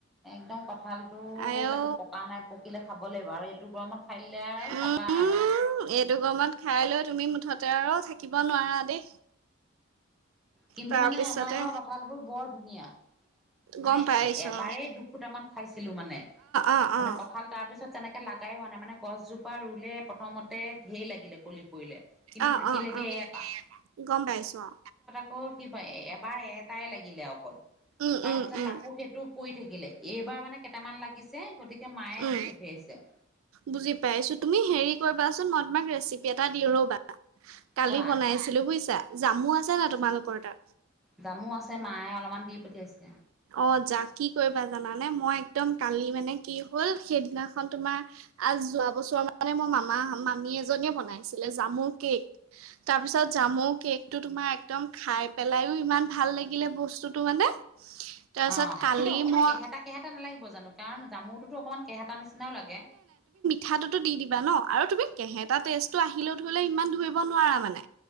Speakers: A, in the centre; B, on the right.
A: একদম কঁঠালটো
B: আইঔ
A: তাকো পকা নাই, পকিলে খাব লাগিব আৰু এইটো গৰমত খাই দিলে আৰু
B: উম
A: চাবা আৰু।
B: এইটো গৰমত খাই লৈ তুমি মুঠতে আৰু থাকিব নোৱাৰা দেই।
A: কিন্তু
B: তাৰপিছতে
A: মানে আমাৰ ঘৰৰ কঁঠালবোৰ বৰ ধুনীয়া। মানে
B: গম
A: এ
B: পাইছো
A: এবাৰেই
B: অ'
A: দুফুটামান খাইছিলো মানে,
B: অ' অ'
A: মানে কঁঠাল তাৰ পিছত তেনেকে লাগাই হোৱা নাই মানে গছজোপা ৰুলে প্ৰথমতে ঢেৰ লাগিলে কলি পৰিলে কিন্তু
B: অ'
A: থাকিলেগে
B: অ' অ' অ'
A: এটা।
B: গম পাইছোঁ, অ।
A: ক কিবা এবাৰ এটাই লাগিলে অকল।
B: উম
A: তাৰপিছত
B: উম উম।
A: তাকো সেইটো পৰি থাকিলে। এইবাৰ মানে কেইটামান লাগিছে গতিকে মায়ে
B: উম
A: দি পঠিয়াইছে।
B: বুজি পাইছোঁ। তুমি হেৰি কৰিবাচোন, মই তোমাক ৰেচিপি এটা দিওঁ ৰ'বা। কালি
A: কোৱা
B: বনাইছিলোঁ বুজিছা, জামু আছে নে নাই তোমালোকৰ তাত?
A: জামু আছে, মায়ে অলপমান দি পঠিয়াইছে।
B: অ', জা কি কৰিবা জানানে? মই একদম কালি মানে কি হ'ল সেইদিনাখন তোমাৰ আজ যোৱা বছৰ মানে মোৰ মামা- মামী এজনীয়ে বনাইছিলে জামুৰ কেক। তাৰ পিছত জামু কেকটো তোমাৰ একদম খাই পেলাইও ইমান ভাল লাগিলে বস্তুটো মানে। তাৰপিছত
A: অ
B: কালি
A: কিন্তু অকমান
B: মই
A: কেহেতা কেহেতা নালাগিব জানো কাৰণ জামুটোতো অকণমান কেহেতা নিচিনাও লাগে।
B: ঠাটোতো দি দিবা ন আৰু তুমি কেহেটা টেষ্টটো আহিলেও ধৰিলে ইমান ধৰিব নোৱাৰা মানে।